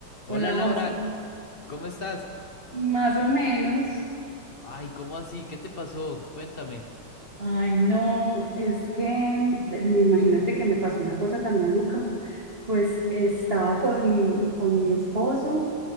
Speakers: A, on the left (about 40°); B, on the right (about 30°).
A: Hola
B: Hola,
A: Laura,
B: José.
A: ¿cómo estás?
B: Más o menos.
A: Ay, ¿cómo así? ¿Qué te pasó? Cuéntame.
B: Ay, no, es que eh, imagínate que me pasó una cosa tan maluca. Pues estaba con, con mi esposo